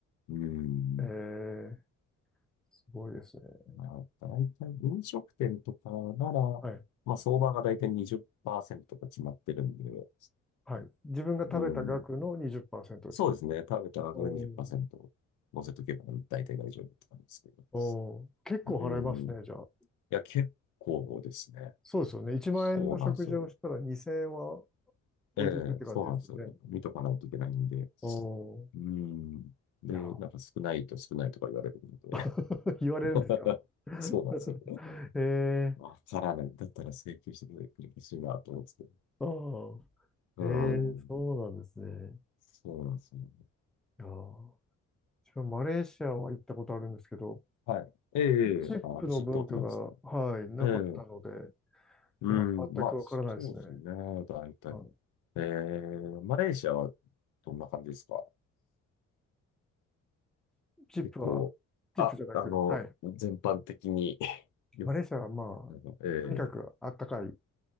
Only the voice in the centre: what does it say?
ええ、すごいですね。
はい。
はい。自分が食べた額の20%
ですか。
おー
おー、結構払いますね、
じゃあ。
そうですよね。1万円の食事をしたら2000円は
置いていくって感じですよね。
おー、
いや
ー、<laughs> 言われるんですか。
<laughs>
ええ、
ああ、
ええ、そうなんですね。
いやー自分、マレーシアは行ったことあるんですけど、
チップの文化が、
はい、なかったので、
いや、
全くわからないですね。
まあ
チップは、
チップじゃなく、
はい。
マレーシアはまあ、
とにかくあったかいで